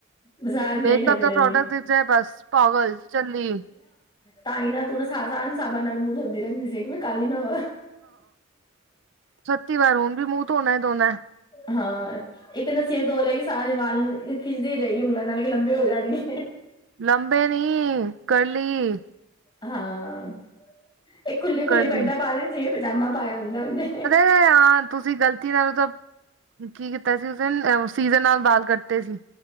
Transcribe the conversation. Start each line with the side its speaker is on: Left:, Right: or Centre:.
Left: ਬਜ਼ਾਰ ਦੇ
Right: ਮੇਕਅਪ
Left: ਕਰਦੇ
Right: ਦਾ
Left: ਰਹਿੰਦੇ
Right: ਪ੍ਰੋਡਕਟ ਦਿੱਸ ਜਾਏ ਬਸ ਪਾਵਲ ਚੱਲੀਏ
Left: ਤਾਂਹੀ ਨਾਲ ਤੂੰਨ ਸਾਹ ਸਾਬਣ ਨਾਲ ਮੂੰਹ ਦਿੰਦੀ ਰਹਿੰਦੀ ਸੀਗੀ ਕਾਲ ਨਾ ਹੋ
Right: ਪਹਿਲੀ ਵਾਰ ਹੁਨ ਵੀ ਮੂੰਹ ਧੋਣਾ ਹੀ ਧੋਣਾ ਹੈ
Left: ਹਾਂ ਇੱਕ ਕਹਿੰਦਾ ਸਿਰ ਧੋ ਲਏਗੀ ਸਾਰੇ ਵਾਲ ਖਿੱਚਦੀ ਰਹੇਗੀ ਉਂਗਲਾਂ ਨਾਲ ਕੇ ਲੰਬੇ ਹੋ ਜਾਣਗੇ
Right: ਲੰਬੇ ਨੀ ਕਰਲੀ
Left: ਹਾਂ ਇਹ ਖੁੱਲੀਆਂ ਖੁੱਲੀਆਂ
Right: ਕਰਲੀ
Left: ਪੈਂਟਾਂ ਪਾ ਦੇਦੇ ਜਿਵੇਂ ਪਜਾਮਾ ਪਾਇਆ ਹੁੰਦਾ ਉਹਨੇ
Right: ਤੇ ਹਾਂ ਤੁਸੀਂ ਗ਼ਲਤੀ ਨਾਲ ਤਾਂ ਕੀ ਕੀਤਾ ਸੀ ਉਸ ਦਿਨ ਸੀਜ਼ਰ ਨਾਲ ਬਾਲ ਕੱਟਤੇ ਸੀ